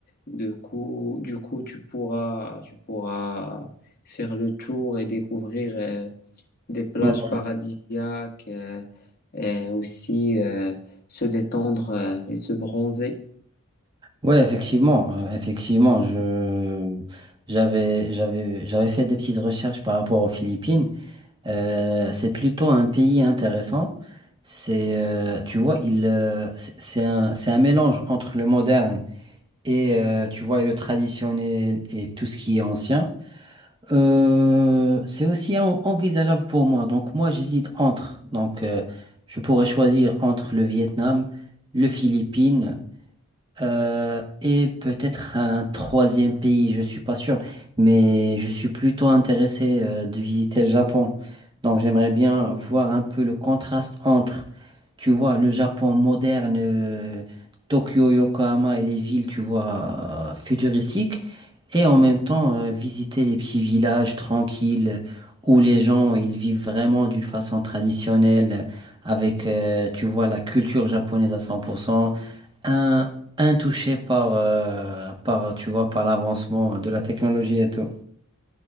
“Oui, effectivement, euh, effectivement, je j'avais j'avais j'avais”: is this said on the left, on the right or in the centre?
Right